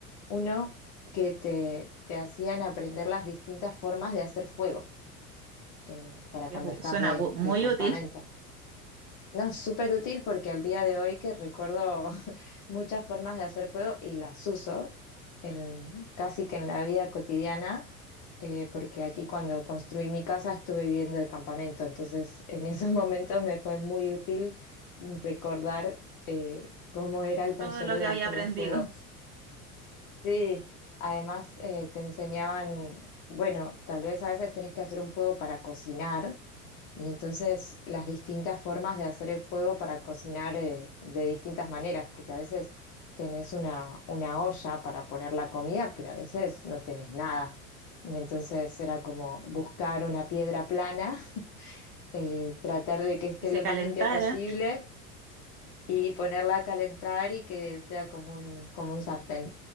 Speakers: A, on the left; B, on the right.
A: uno que te, te hacían aprender las distintas formas de hacer fuego eh, para
B: que
A: cuando
B: ju-
A: estás
B: suena
A: de,
B: bu- muy
A: de campamento.
B: útil.
A: No, es súper útil porque al día de hoy que recuerdo <laughs> muchas formas de hacer fuego y las uso en, casi que en la vida cotidiana, eh, porque aquí cuando construí mi casa estuve viviendo de campamento, entonces en esos <laughs> momentos me fue muy útil recordar eh, cómo era el taller
B: todo lo
A: de
B: que había
A: hacer
B: aprendido
A: los fuegos. Sí, además eh, te enseñaban, bueno, tal vez a veces tenés que hacer un fuego para cocinar y entonces las distintas formas de hacer el fuego para cocinar eh, de distintas maneras, porque a veces tenés una, una olla para poner la comida, pero a veces no tenés nada. Y entonces era como buscar una piedra plana, <laughs> eh, tratar de que esté
B: y se
A: lo
B: calentara.
A: más limpia posible y ponerla a calentar y que sea como un, como un sartén